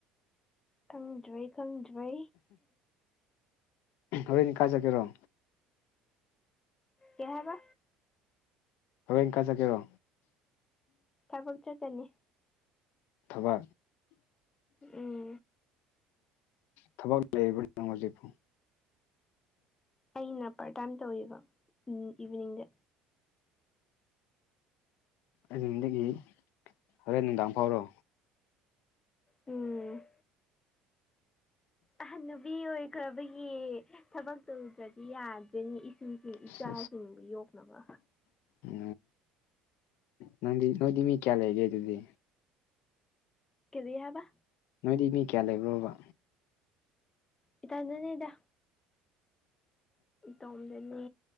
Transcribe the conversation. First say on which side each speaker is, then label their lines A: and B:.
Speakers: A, on the left; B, on the left.
A: ꯈꯪꯗ꯭ꯔꯦ ꯈꯪꯗ꯭ꯔꯦ
B: ꯍꯣꯔꯦꯟꯗꯤ ꯀꯥꯏ ꯆꯠꯀꯦꯔꯣ
A: ꯀꯩꯍꯥꯏꯕ
B: ꯍꯣꯔꯦꯟ ꯀꯥꯏ ꯆꯠꯀ‌ꯦꯔꯣ
A: ꯊꯕꯛ ꯆꯠꯀꯅꯤ
B: ꯊꯕꯛ
A: ꯎꯝ
B: ꯊꯕꯛ ꯂꯩꯕ꯭ꯔ ꯌꯦꯡꯉꫭ ꯍꯨꯖꯤꯛꯄꯨ
A: ꯑꯩꯅ ꯄꯥꯔꯠ ꯇꯥꯏꯝ ꯇꯧꯋꯤꯕ ꯏꯚꯤꯅꯤꯡꯗ
B: ꯑꯩꯅꯨꯡꯗꯒꯤ ꯍꯣꯔꯦꯟ ꯅꯨꯡꯗꯥꯡ ꯐꯥꯎꯔꯣ
A: ꯎꯝ ꯑꯍꯟ ꯅꯨꯕꯤ ꯑꯣꯏꯈ꯭ꯔꯕꯒꯤ ꯊꯕꯛ ꯇꯧꯗ꯭ꯔꯗꯤ ꯌꯥꯗ꯭ꯔꯦꯅꯤ ꯏꯁꯨ
B: ꯑꯁ
A: ꯏꯆꯥꯁꯤꯡꯕꯨ ꯌꯣꯛꯅꯕ
B: ꯎ ꯅꯪꯗꯤ ꯅꯣꯏꯗꯤ ꯃꯤ ꯀꯌꯥ ꯂꯩꯒꯦ ꯑꯗꯨꯗꯤ
A: ꯀꯔꯤ ꯍꯥꯏꯕ
B: ꯅꯣꯏꯗꯤ ꯃꯤ ꯀꯌꯥ ꯂꯩꯕ꯭ꯔꯣꯕ
A: ꯏꯇꯟꯗꯅꯦꯗ ꯏꯇꯣꯝꯗꯅꯦ